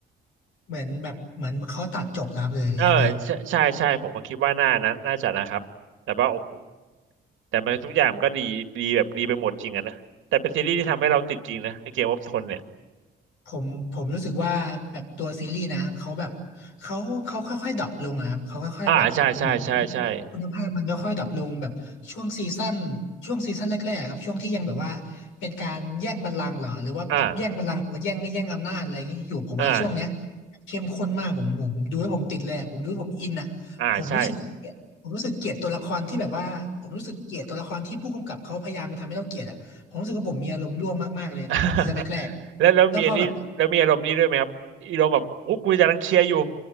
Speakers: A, on the left (about 85°); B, on the right (about 80°).
A: เหมือนแบบเหมือนเขาตัดจบแล้วเลยยังไง
B: เออใช่ใช่ใช่ผมก็คิดว่าน่านะน่าจะนะครับแต่ว่าโอ้โหแต่มันทุกอย่างมันก็ดีดีแบบดีไปหมดจริงอะนะแต่เป็นซีรีส์ที่ทำให้เราติดจริงนะไอเกมวอฟทนเนี่ย
A: ผมผมรู้สึกว่าแบบตัวซีรีส์นะเขาแบบเขาเขาค่อยๆดรอปลงอะครับเขาค่อยๆแบบเหมือน
B: อ่าใช่ใช่ใช่ใช่
A: คุณภาพมันค่อยๆดรอปลงแบบช่วงซีซั่นช่วงซีซั่นแรกๆครับช่วงที่ยังแบบว่าเป็นการแย่งบัลลังก์เหรอหรือว่าแบบแย่งบัลลังก์หรือว่าแย่งแย่งอำนาจอะไรอย่างเงี้ยอยู่ผมว่าช่วงเนี้ย
B: อ่าอ่า
A: เข้มข้นมากผมผมดูแล้วผมติดเลยอะผมดูแล้วผมอินอะผมรู้สึกเกลียดผมรู้สึกเกลียดตัวละครที่แบบว่าผมรู้สึกเกลียดตัวละครที่ผู้กำกับเขาพยายามจะทำให้เราเกลียดอ่ะผมรู้สึกว่าผมมีอารมณ์ร่วมมากๆเลยตอนช่วงซีซั่นแรกๆแล้วพอแบบ
B: อ่าใช่ <laughs> แล้วแล้วมีอันนี้แล้วมีอารมณ์นี้ด้วยไหมครับอารมณ์แบบฮุกกูจะรังเชียร์อยู่